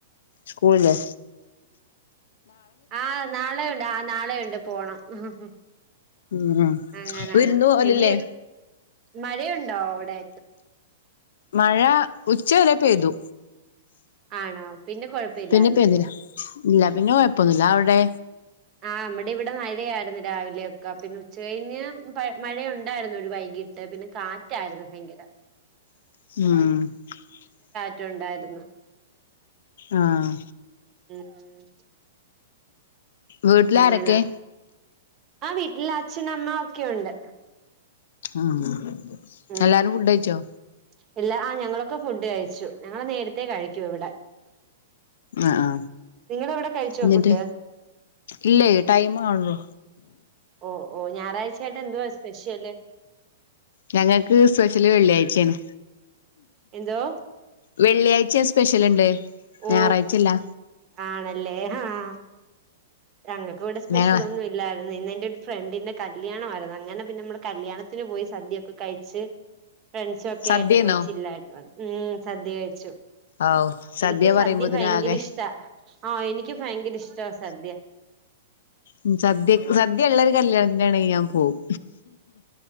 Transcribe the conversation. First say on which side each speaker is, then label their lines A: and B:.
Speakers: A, on the left; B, on the right.
A: സ്കൂളില്
B: ആഹ നാളെയണ്ട് ആ നാളെയ ഉണ്ട് പോണം ഉം.
A: ഉം ഉം
B: അങ്ങനാണ്
A: വിരുന്ന് പോവലില്ലേ
B: എന്തയ്യ മഴയുണ്ടോ അവിടെ.
A: മഴ ഉച്ച വില പെയ്തു
B: ആണോ പിന്നെ കൊഴപ്പമില്ലായിരുന്നല്ലേ
A: പിന്നെ പെയ്തില്ല ഇല്ല പിന്നെ കൊഴപ്പൊന്നില്ല അവിടെ
B: ആഹ അമ്മടെ ഇവിടെ മഴയായിരുന്നരാവിലെയൊക്കെ പിന്നെ ഉച്ച കഴിഞ്ഞ് മഴയുണ്ടായിരുന്നു ഒരു വൈകി. ട്ട് പിന്നെ കാറ്റായിരുന്നു ഭയങ്കര
A: ഉഹ
B: ട്ടുണ്ടായിരുന്നു
A: ആഹ്
B: ഉം.
A: വീട്ടിലാരൊക്കെ
B: അങ്ങനാ ആ വീട്ടില് അച്ഛനും അമ്മ ഒക്കെുണ്ട്
A: ആഹ്
B: ഉം.
A: എല്ലാരും ഫുഡ് കഴിച്ചോ
B: ഇല്ല ആ ഞങ്ങളൊക്കെ ഫുഡ് കഴിച്ചു ഞങ്ങനേരത്തേകഴിക്കും ഇവിടെ.
A: ആ ആ
B: നിങ്ങള് ഇവിടെ കഴിച്ചോ
A: എന്നിട്ട്
B: ഫുഡ്
A: ഇല്ല ടൈം കാണോ
B: ഓ ഓ ഞായറാഴ്ചായിട്ട് എന്തുവാ സ്പെഷ്യല്.
A: ഞങ്ങൾക്ക് സ്പെഷ്യല് വെള്ളിയായ്ച്ചാണ്.
B: എന്തോ
A: വെള്ളിയാഴ്ച സ്പെഷ്യലിണ്ട്
B: ഓ
A: ഞായറാഴ്ചല്ലാ.
B: ആണല്ലേ ആഹ ഞങ്ങൾക്ക് ഇവിടെ സ്പെഷ്യൽ
A: ഞങ്ങള
B: ഒന്നുംല്ല ന്ന ന്റെ ഒരു ഫ്രണ്ടിന്റെ കല്യാണമായിരുന്നു അങ്ങനെ പിന്നെ അമ്മൾ കല്യാണത്തിന് പോയി സദ്യയൊക്കെ കഴിച്ച്. ഫ്രണ്ട്സൊക്കെ
A: സദ്യന്നോ
B: ആയിട്ട് പോയി ചില്ലായിട്ട വ ഉം സദ്യ കയ്ച്ചു.
A: ആവു
B: എനിക്ക് സദ്യ
A: പറയുമ്പോത്തിന്
B: ഭയങ്കര
A: ആകെ
B: ഇഷ്ട ആഹ എനിക്ക് ഭയങ്കര ഇഷ്ട സദ്യ
A: ഉം സദ്യക് സദ്യ ഉള്ളത് കല്യാണത്തിനാണേ ഞാൻ പോവും